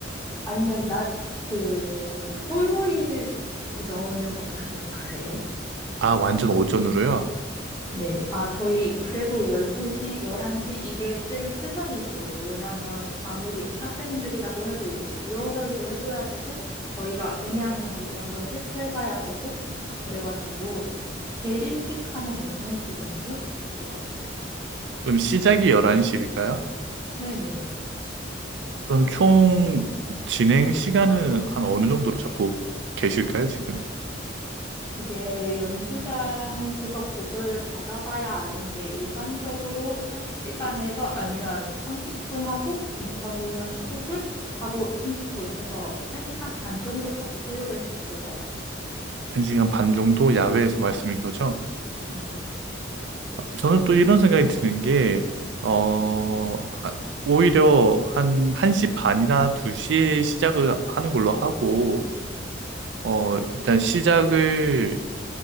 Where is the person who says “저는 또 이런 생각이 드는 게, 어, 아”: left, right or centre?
Right